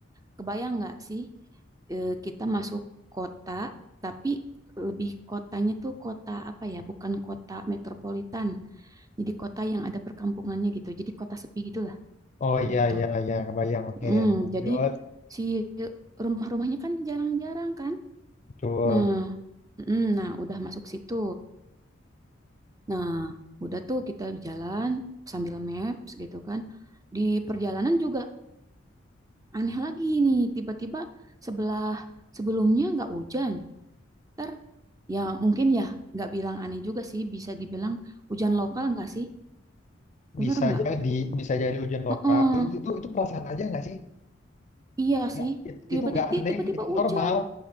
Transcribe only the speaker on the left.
Oh iya
iya iya kebayang. Oke,
lanjut.
Betul.
Bisa
jadi bisa jadi hujan lokal.
Itu itu, itu perasaan aja nggak sih?
Nggak,
it-
itu nggak aneh,
itu
normal.